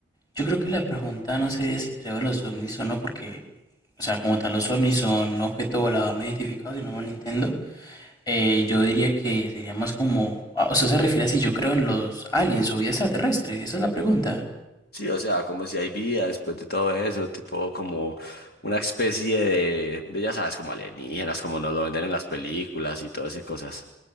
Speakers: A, on the left; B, on the left.
A: yo creo que la pregunta no sería si creo en los ovnis o no, porque, o sea, como tal, los ovnis son objeto volador no identificado, si no mal entiendo. Eh, yo diría que sería más como, ah, o sea, se refiere a si yo creo en los aliens o vida extraterrestre, esa es la pregunta.
B: Sí, o sea, como si hay vida después de todo eso, tipo como una especie de, de ya sabes, como alienígenas, como nos lo venden en las películas y todas esas cosas.